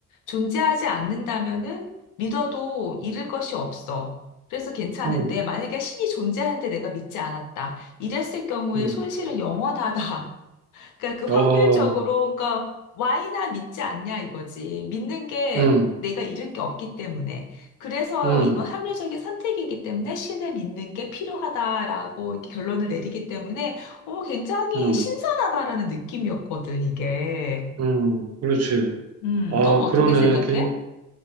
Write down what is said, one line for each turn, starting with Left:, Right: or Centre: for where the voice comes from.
Left: 존재하지 않는다면은 믿어도 잃을 것이 없어. 그래서 괜찮은데
Right: 음,
Left: 만약에 신이 존재하는데 내가 믿지 않았다. 이랬을 경우에
Right: 음,
Left: 손실은 영원하다. <laughs> 그러니까 그
Right: 어,
Left: 확률적으로, 그러니까 Y나 믿지 않냐 이거지. 믿는 게
Right: 음,
Left: 내가 잃을 게 없기 때문에. 그래서
Right: 음,
Left: 이건 합리적인 선택이기 때문에 신을 믿는 게 필요하다라고 이렇게 결론을 내리기 때문에, 어, 굉장히
Right: 음,
Left: 신선하다라는 느낌이었거든, 이게.
Right: 음, 그렇지.
Left: 음,
Right: 아,
Left: 넌 어떻게
Right: 그러네.
Left: 생각해?
Right: 긴-